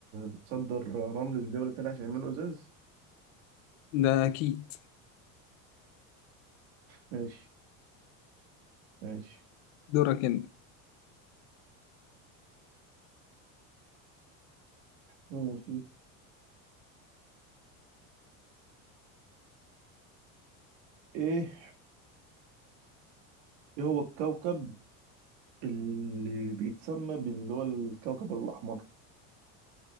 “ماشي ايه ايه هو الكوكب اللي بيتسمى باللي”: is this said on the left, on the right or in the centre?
Right